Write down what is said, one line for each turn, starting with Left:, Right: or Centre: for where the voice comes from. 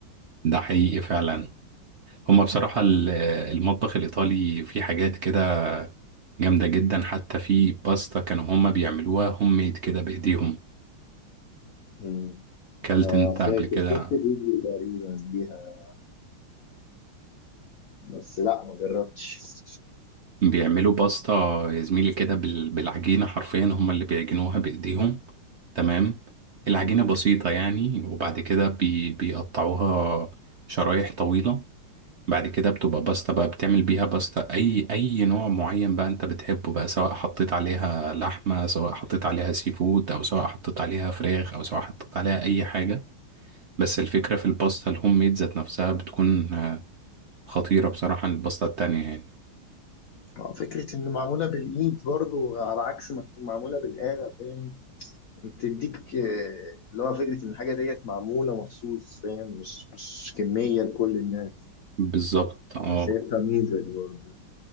Right: ده حقيقي فعلا هما بصراحة ال- المطبخ الإيطالي فيه حاجات كده جامدة جدا حتى في باستا كانوا هما بيعملوها هوم ميد كده بإيديهم
Left: أمم.
Right: كلت
Left: آه
Right: أنت
Left: فاكر
Right: قبل كده
Left: شفت فيديو تقريبا ليها بس لا ما جربتش
Right: بيعملوا باستا يا زميلي كده بال- بالعجينة حرفيا هما اللي بيعجنوها بإيديهم تمام العجينة بسيطة يعني وبعد كده بي بيقطعوها شرايح طويلة بعد كده بتبقى باستا بقى بتعمل بيها باستا اي اي نوع معين بقى انت بتحبه بقى سواء حطيت عليها لحمة سواء حطيت عليها سي فود او سواء حطيت عليها فراخ او سواء حطيت عليها اي حاجة بس الفكرة في الباستا الهوم ميد ذات نفسها بتكون آه، خطيرة بصراحة عن الباستا التانية يعني
Left: آه، فكرة إن معمولة بالإيد برضو على عكس ما تكون معمولة بالآلة فاهم بتديك آه، اللي هو فكرة إن الحاجة ديت معمولة مخصوص فاهم مش مش كمية لكل الناس
Right: بالظبط اه
Left: أنا شايفها ميزة دي برضو